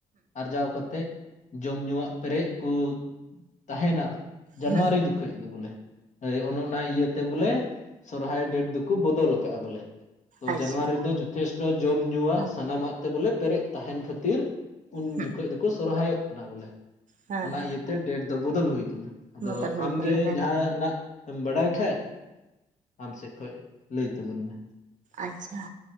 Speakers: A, on the left; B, on the right.
A: ᱟᱨᱡᱟᱣ ᱠᱟᱛᱮᱫ ᱡᱚᱢ ᱧᱩᱣᱟᱜ ᱯᱮᱨᱮᱡ ᱠᱚ ᱛᱟᱦᱮᱱᱟ ᱡᱟᱱᱩᱣᱟᱨᱤ
B: ᱦᱮᱸ
A: ᱡᱚᱠᱷᱚᱡ ᱫᱚ ᱵᱚᱞᱮ ᱚᱱᱮ ᱚᱱᱟ ᱤᱭᱟᱹᱛᱮ ᱵᱚᱞᱮ ᱥᱚᱨᱦᱟᱭ ᱰᱮᱴ ᱫᱚᱠᱚ ᱵᱚᱫᱚᱞ ᱟᱠᱟᱜᱼᱟ ᱵᱚᱞᱮ ᱛᱚ
B: ᱟᱪᱪᱷᱟ
A: ᱡᱟᱱᱩᱣᱟᱨᱤ ᱨᱮᱫᱚ ᱡᱚᱛᱷᱮᱥᱴᱚ ᱡᱚᱢ ᱧᱩᱣᱟᱜ
B: ᱦᱮᱸ
A: ᱥᱟᱱᱟᱢᱟᱜ ᱛᱮ ᱵᱚᱞᱮ ᱯᱮᱨᱮᱡ ᱛᱟᱦᱮᱱ ᱠᱷᱟᱹᱛᱤᱨ ᱩᱱ
B: ᱦᱮᱸ
A: ᱡᱚᱠᱷᱚᱱ ᱫᱚᱠᱚ ᱥᱚᱨᱦᱟᱭᱚᱜ ᱠᱟᱱᱟ ᱵᱚᱞᱮ
B: ᱦᱮᱸ
A: ᱚᱱᱟ ᱤᱭᱟᱹᱛᱮ ᱰᱮᱴ ᱫᱚ ᱵᱚᱫᱚᱞ ᱦᱩᱭ ᱟᱠᱟᱱᱟ ᱟᱫᱚ
B: ᱵᱚᱫᱚᱞ ᱦᱩᱭ
A: ᱟᱢᱜᱮ
B: ᱠᱟᱱᱟ ᱦᱮᱸ
A: ᱡᱟᱦᱟᱱᱟᱜ ᱮᱢ ᱵᱟᱲᱟᱭ ᱠᱷᱟᱡ ᱟᱢ ᱥᱮᱫ ᱠᱷᱚᱡ ᱞᱟᱹᱭ ᱛᱟᱵᱚᱱ ᱢᱮ
B: ᱟᱪᱪᱷᱟ